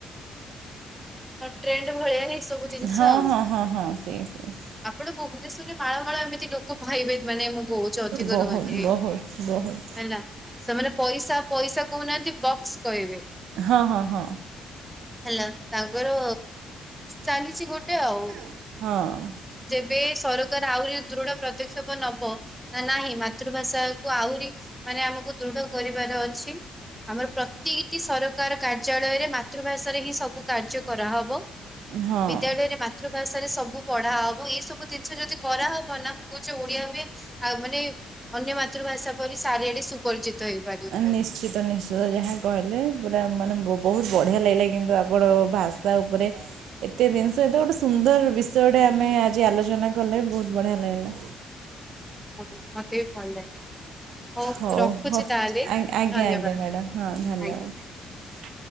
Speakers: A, in the centre; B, on the right.
A: ଟ୍ରେଣ୍ଡ୍ ଭଳିଆ ହି। ଏ ସବୁ ଜିନିଷ
B: ହଁ ହଁ
A: ଆଉ,
B: ହଁ ହଁ ହଁ ସେଇ ସେଇ
A: ଆପଣ ଭୁବନେଶ୍ୱରରେ ମାଳମାଳ ଏମିତି ଲୋକ ପାଇବେ ମାନେ ମୁଁ ବହୁତ ଅଧିକ
B: ବହୁତ
A: ରୁହନ୍ତି
B: ବହୁତ ବହୁତ
A: ହେଲା, ସେମାନେ ପଇସା ପଇସା କହୁନାହାନ୍ତି ବକ୍ସ କହିବେ।
B: ହଁ ହଁ ହଁ।
A: ହେଲା ତାଙ୍କର ଚାଲିଛି ଗୋଟେ ଆଉ
B: ହଁ
A: ବେ ସରକାର ଆହୁରି ଦୃଢ ପଦକ୍ଷେପ ନବ। ନା ନାହିଁ ମାତୃଭାଷାକୁ ଆହୁରି ମାନେ ଆମକୁ ଦୃଢ କରିବାର ଅଛି ଆମର ପ୍ରତିଟି ସରକାର କାର୍ଯ୍ୟାଳୟରେ ମାତ୍ <inaudible> କାର୍ଯ୍ୟ କରାହବ।
B: ହଁ
A: ବିଦ୍ୟାଳୟରେ ମାତୃଭାଷାରେ ସବୁ ପଢା <inaudible> ହବ ଏଇ ସବୁ ଜିନିଷ ଯଦି କରାହବ ନା ମୁଁ କହୁଛି ଓଡିଆ ବି ଆଉ ମାନେ ଅନ୍ୟ ମାତୃଭାଷା ପରି ସାରିଆଡେ ସୁପରିଚିତ ହେଇପାରିବ ବୋଲି
B: ନିଶ୍ଚିତ ନିଶ୍ଚିତ ଯାହା କହିଲେ ପୁରା ମାନେ ବହୁତ ବଢ଼ିଆ ଲାଗିଲା କିନ୍ତୁ ଆପଣ ଭାଷା ଉପରେ ଏତେ ଜିନିଷ ଏତେ ଗୋଟେ ସୁନ୍ଦର ବିଷୟଟେ ଆମେ ଆଜି ଆଲୋଚନା କଲେ ବହୁତ ବଢ଼ିଆ ଲାଗିଲା
A: ମୋତେ ବି ଭଲ ଲାଗେ ମୁଁ
B: ହଉ
A: ରଖୁଛି
B: ହଉ
A: ତାହେଲେ
B: ଆଜ୍ଞା
A: ଧନ୍ୟବାଦ।
B: ଆଜ୍ଞା ମ୍ୟାଡ଼ାମ୍ ହଁ ଧନ୍ୟବାଦ
A: ଆଜ୍ଞା।